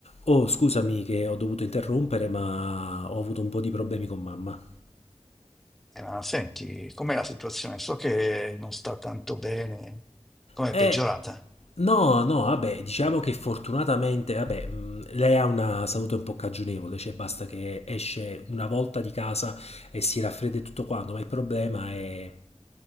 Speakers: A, on the left; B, in the centre.
A: Oh, scusami che ho dovuto interrompere, ma ho avuto un po' di problemi con mamma.
B: Eh, ma senti, com'è la situazione? So che non sta tanto bene. Com'è
A: Eh,
B: peggiorata?
A: no, no, vabbè, diciamo che fortunatamente, vabbè, mh, lei ha una salute un po' cagionevole, cioè basta che esce una volta di casa e si raffredda e tutto quanto, ma il problema è